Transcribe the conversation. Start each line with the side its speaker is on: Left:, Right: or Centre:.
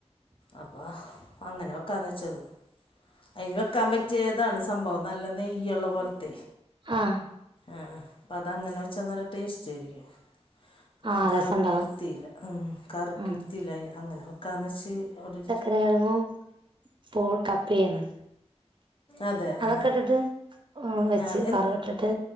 Left: അപ്പ അങ്ങനെ വെക്കാന്ന് വെച്ചത് അയ്ന് വെക്കാൻ പറ്റിയതാണ് സംഭവം നല്ല നെയ്യുള്ള പോൽത്തെ
Right: ആഹ്
Left: ആഹ് ആഹ് അപ്പം അതങ്ങനെ വെച്ചാൽ നല്ല ടേസ്റ്റയിരിക്കും അപ്പം
Right: ആഹ്
Left: ഞാൻ കറിക്കും
Right: രസണ്ടാവും
Left: എടുത്തീല്ല ഉം കറിക്കിടുത്തില്ലേ
Right: ഉം
Left: അങ്ങനെ വെക്കാന്ന് വെച്ച് അവിടെരിക്
Right: കെഴങ്ങും പൂൾ കപ്പേന്നു
Left: അതെ
Right: അതൊക്കെ
Left: ആഹ്
Right: ഇട്ടിട്ട് വെച്ച്
Left: അഹ് എൻ
Right: വറവിട്ടിട്ട്